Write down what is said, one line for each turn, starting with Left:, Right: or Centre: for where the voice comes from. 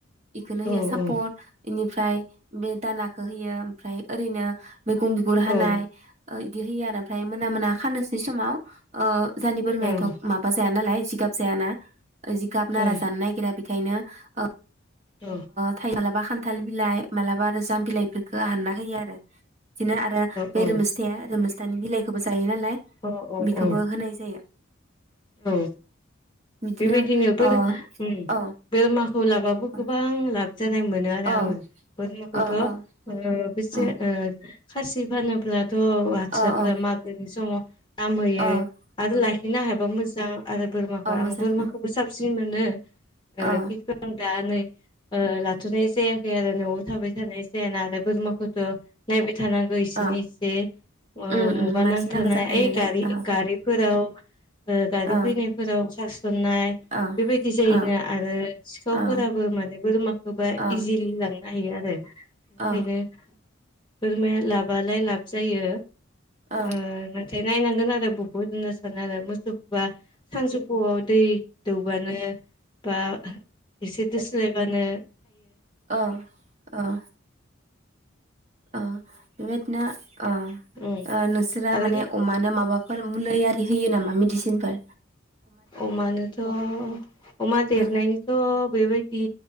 Right: बेखौनो
Left: औ
Right: होयो सापर इनि फ्राय बे दानाखौ होयो ओमफ्राय ओरैनो मैगं बिगुर हानाय
Left: औ
Right: बिदि होयो आरो ओमफ्राय मोना मोना खानोसै समाव आ। जानि बोरमायाथ
Left: औ
Right: माबा लाय जिगाब जायाना जिगाब नारा
Left: ओं
Right: जानो नागिरा बि ओंखायनो ओ
Left: औ
Right: थाइला बा खान थाल बिलाइ मालाबा आरो जाम बिलाइफोरखो हानना होयो आरो बिदिनो आरो
Left: औ
Right: बे रोमस्थाया रोमस दानि बिलाइखौबो जा यो नालाय
Left: औ औ
Right: बिखौबो
Left: औ
Right: होनाय जायो।
Left: औ
Right: बिदिनो
Left: बेबायदिनो बोर-बोरमा
Right: ओ औ
Left: खौ लाबाबो
Right: अ
Left: गोबां लाब जानाय मोनो आरो
Right: अ
Left: आङो बोमाखौथ'
Right: अ अ
Left: बेसे
Right: अ
Left: ओ खासि फानोब्ला थ' हारसाफोरा
Right: अ
Left: मागोनि समाव दाम होयो
Right: अ
Left: आरो लाखिनो हाब मोजां आरो बोरमाखौ
Right: अ मोजां
Left: आं बोरमाखौबो
Right: अ
Left: साबसिन मोनो ओ
Right: अ
Left: किन्तु आ दानो ला थुनाय जायाखै आरो नआव थाबाय थानाय जाया ना आरो बोरमा खौथ' नायबाय थानांगौ इसोरनि
Right: अ
Left: एसे ओ
Right: उम
Left: मुुबा
Right: उम मानसि
Left: नांथानाय
Right: नांगौ जाखायो
Left: ओइ
Right: नालाय
Left: गारि
Right: औ
Left: गारिफोराव ओ गारि
Right: औ
Left: फैनायफोराव सासे नाय
Right: औ
Left: बेबायदि जायोना
Right: औ
Left: आरो सिखावफोराबो
Right: औ
Left: माने बोरमाखौबा
Right: औ
Left: इजिलि लांनो हायो आरो। ओंखायनो
Right: औ
Left: बोरमा लाबालाय लाब जायो
Right: औ
Left: ओ नाथाय नायनांगोन आरो बो बुहुत होनना सानो आरो मो बा सानजौफुआव दै दौबानो बा एसे दोस स्लायबानो
Right: औ औ ओ बेबादिनो ओ
Left: उम
Right: ओ नोंसोरा
Left: आरो
Right: माने अमानो माबा बाफोर मुलि आरि होयो नामा मेदिसिनफोर?
Left: अमानोथ' अमा देरनायनिथ'
Right: ओ
Left: बेबायदि